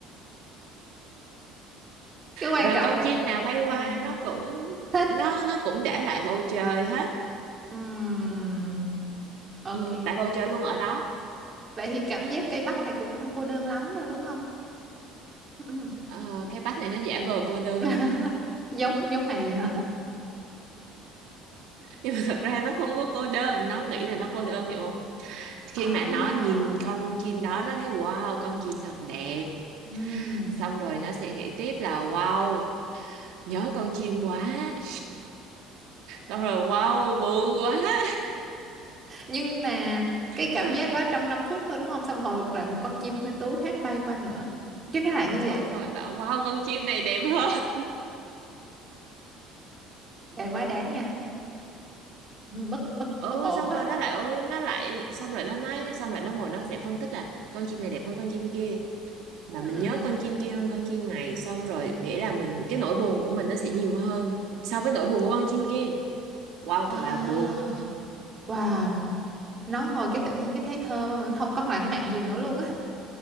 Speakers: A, on the right (about 20°); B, on the right (about 65°).
A: cái quan
B: rồi
A: trọng
B: con
A: nè
B: chim nào bay qua
A: ừ.
B: nó cũng
A: thích
B: nó nó cũng để lại bầu trời hết
A: Ừm, ok
B: ừ, tại bầu trời luôn ở đó
A: vậy thì cảm giác cây bách này cũng không cô đơn lắm đâu đúng không Ừ.
B: Ờ, cái bách này nó giả vờ cô đơn
A: <laughs>
B: thôi
A: giống giống mày vậy hả
B: <laughs> nhưng mà thật ra nó không có cô đơn nó nghĩ
A: Hả?
B: là nó cô đơn hiểu không khi
A: à
B: mà nó nhìn con chim đó nó thấy wow con chim thật đẹp
A: ừm.
B: xong rồi nó sẽ nghĩ tiếp là wow nhớ con chim quá <laughs> xong rồi wow buồn quá <laughs>
A: nhưng mà cái cảm
B: xong,
A: giác đó trong năm phút thôi đúng không xong rồi lại một con chim khuê tú khác bay qua nữa cái nó lại như
B: xong
A: vậy
B: rồi bảo wow con chim này đẹp hơn
A: Ê, quá đáng nha bất bất bất
B: ừ
A: ổn
B: xong
A: quá
B: rồi nó lại ừ, nó lại xong rồi nó nói xong rồi nó ngồi nó sẽ phân tích là con chim này đẹp hơn con chim kia mà
A: Ừm.
B: mình nhớ con chim kia hơn con chim này xong rồi nghĩa là mình cái nỗi buồn của mình nó sẽ nhiều hơn so với nỗi buồn của con chim kia wow
A: à
B: thật là buồn
A: wow nói hồi cái tự nhiên cái thấy thơ không có lãng mạn gì nữa luôn á